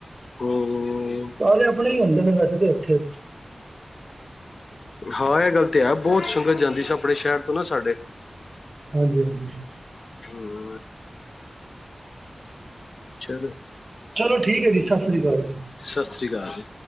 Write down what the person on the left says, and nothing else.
ਹੂੰ
ਹਾਂ ਇਹ ਗੱਲ ਤੇ ਹੈ ਬਹੁਤ ਸੰਗਤ ਜਾਂਦੀ ਸੀ ਆਪਣੇ ਸ਼ਹਿਰ ਤੋਂ ਸਾਡੇ
ਹਮ ਚਲੋ
ਸਤਿ ਸ਼੍ਰੀ ਅਕਾਲ